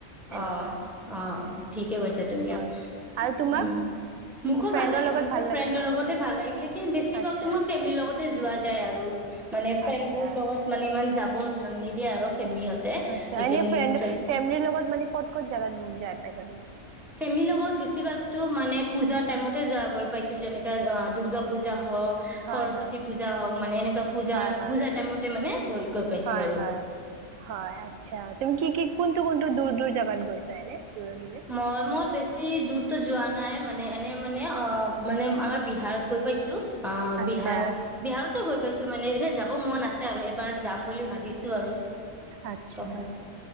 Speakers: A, on the right (about 80°); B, in the centre.
A: সেনেকুৱা
B: অ' অ' ঠিকে কৈছা তুমি,
A: হয়
B: অ'
A: আৰু তোমাক
B: উম মোকো
A: ফ্ৰেণ্ডৰ
B: ভাল লাগে
A: লগত
B: মোকো
A: ভাল
B: ফ্ৰেণ্ডৰ
A: লাগে হয়
B: লগতে ভাল লাগিলে লেকিন বেছি
A: আচ্ছা
B: ভাগতো মই ফেমিলিৰ লগততে যোৱা যায় আৰু। মানে ফ্ৰেণ্ডবোৰ
A: আচ্ছা
B: লগত মানে ইমান যাব নিদিয়ে আৰু ফেমিলিহতে
A: আচ্ছা
B: লেকিন
A: এনে ফ্ৰেণ্ড
B: ফ্ৰে
A: ফেমিলিৰ লগত মানে ক'ত ক'ত জাগাত যাই পাইছা তুমি?
B: ফেমিলিৰ লগত বেছিভাগতো মানে পূজাৰ টাইমত তে য গৈ পাইছোঁ যেনেকে অ' দূৰ্গা পূজা। হ'ক
A: হয়
B: সৰস্বতী
A: হয়
B: পূজা হওঁক মানে এনেকুৱা পূজাত
A: হয় হয়
B: পূজা টাইমতে মানে গৈ গৈ পাইছোঁ
A: হয়
B: আৰু।
A: হয় হয় আচ্ছা তুমি কি কি কোনটো, কোনটো দূৰ, দূৰ জেগাত গৈছা এনে? দূৰে দূৰে
B: মই-মই বেছি দূৰতো যোৱা নাই। মানে এনে মানে অহ, মানে আমাৰ বিহাৰত গৈ পাইছোঁ। অহ,
A: আচ্ছা
B: বিহাৰ, বিহাৰতে গৈ পাইছোঁ মানে এনে যাব মন আছে আৰু এবাৰ যাম। বুলি ভাবিছোঁ আৰু।
A: আচ্ছা।
B: ক'বাত